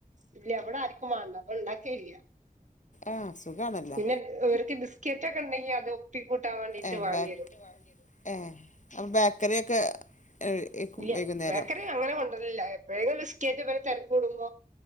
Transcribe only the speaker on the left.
ആഹ് സുഖാണല്ലോ
ഏഹ്
ബേക്ക് ഏഹ് അപ്പം ബേക്കറിയൊക്കെ <unintelligible>
വൈകുന്നേരം